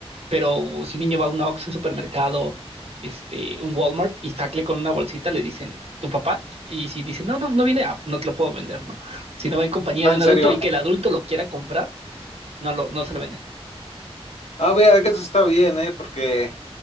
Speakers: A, on the right; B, on the left.
A: Pero si un niño va a un Oxxo, un supermercado, este, un Walmart y sacle con una bolsita, le dicen, ¿tu papá? Y si dice, no, no, no viene, ah, no te lo puedo vender, ¿no? Si no va en compañía
B: Ah,
A: de
B: en
A: un adulto
B: serio.
A: y que el adulto lo quiera comprar, no lo, no se lo venden.
B: Ah, vea, que eso está bien, ¿eh? Porque